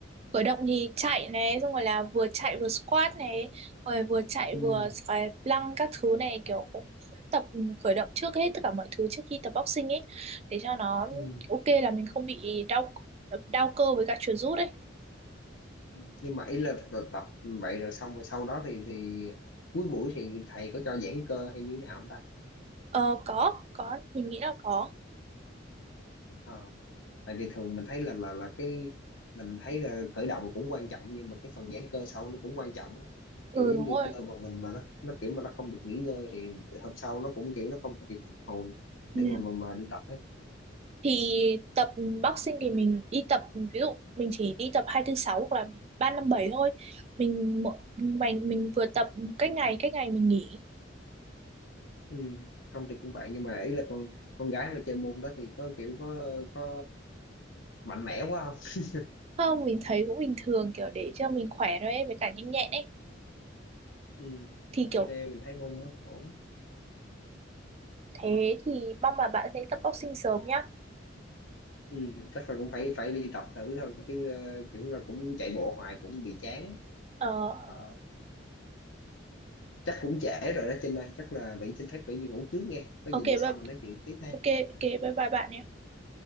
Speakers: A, on the right; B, on the left.
A: Khởi động thì chạy này, xong rồi là vừa chạy vừa squat này, rồi vừa chạy
B: ừ,
A: vừa xoài lăng các thứ này kiểu cũng tập ừ, khởi động trước hết tất cả mọi thứ trước khi tập boxing ấy để cho nó
B: ừ,
A: ok là mình không bị đau đau cơ với cả chuột rút ấy.
B: ừ. nhưng mà ý là tập vậy rồi xong rồi sau đó thì thì cuối buổi thì thầy có cho giãn cơ hay như thế nào không ta
A: Ờ có, có, mình nghĩ là có.
B: Ờ. Tại vì thường mình thấy là là là cái mình thấy là khởi động cũng quan trọng nhưng mà cái phần giãn cơ sau nó cũng quan trọng á
A: Ừ
B: kiểu giống
A: đúng
B: như
A: rồi.
B: cơ mà mình mà nó nó kiểu mà nó không được nghỉ ngơi thì hôm sau nó cũng kiểu nó không kịp phục hồi
A: Ừ.
B: để mà mà mà đi tập ấy
A: thì tập boxing thì mình đi tập ví dụ mình chỉ đi tập hai thứ sáu hoặc là ba năm bảy thôi mình mỗi- mình mình vừa tập cách ngày cách ngày mình nghỉ
B: ừ. không thì cũng vậy nhưng mà ý là con con gái mà chơi môn đó thì có kiểu có có mạnh mẽ quá không <laughs>
A: không mình thấy cũng bình thường kiểu để cho mình khỏe thôi ấy, với cả nhanh nhẹn ấy
B: ừ.
A: thì
B: ok
A: kiểu
B: mình thấy môn nó ổn
A: thế thì mong là bạn sẽ tập boxing sớm nhá
B: ừ. chắc là cũng phải phải đi tập thử thôi chứ ờ, kiểu là cũng chạy bộ hoài cũng bị chán
A: ờ
B: Ờ, chắc cũng trễ rồi đó Trinh ơi chắc là Vĩ xin phép Vĩ đi ngủ trước nghe có
A: ok
B: gì bữa sau
A: bye,
B: mình nói chuyện tiếp ha
A: ok ok bye bye bạn nhé